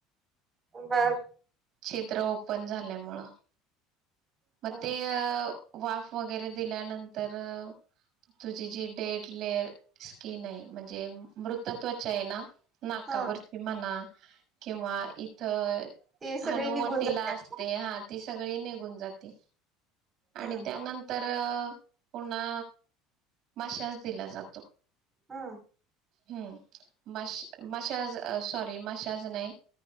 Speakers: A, on the right; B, on the right.
A: बर
B: छिद्र ओपन झाल्यामुळं म
A: ह
B: ते अ वाफ वगैरे दिल्यानंतर तुझी जी डेड लेयर स्कीन आहे म्हणजे मृत त्व चा येना नाकावरची
A: हा
B: म्हणा किंवा इथ
A: ते सगळे
B: हनुवटिला
A: निघून जातात.
B: असते हा तिस सगळी निघून जात ते आणि
A: हम्म
B: त्यानंतर र पुन्हा मशाज दिला जातो.
A: हा
B: हम्म मश मशाज सॉरी मशाज नाही